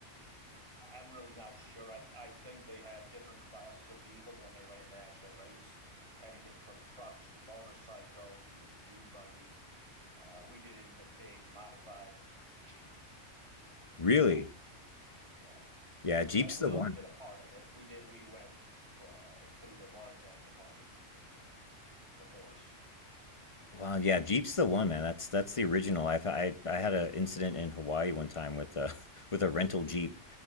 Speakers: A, on the right; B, on the left.
A: I'm really not sure. I I think they had different classes of vehicles when they ran the actual race. Anything from trucks to motorcycles to dune buggies. Uh, we did it in a big modified Jeep.
B: Really?
A: Uh, yeah.
B: Yeah, Jeep's
A: And
B: the
A: we
B: one.
A: only did a part of it. We did. We went fr- uh, through the Mauritania part of the uh, the course.
B: Well, yeah, Jeep's the one, man. That's that's the original. I've, I I had an incident in Hawaii one time with a <laughs> with a rental Jeep,